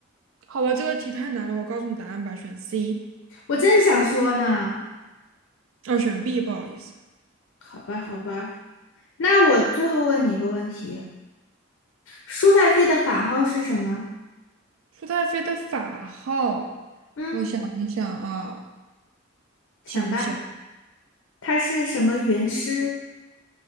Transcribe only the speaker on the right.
好吧，这个题太难了，我告诉你答案吧，选 C，
哦，选 B，不好意思。
舒太妃的法号，
我想一想啊，
想不起来，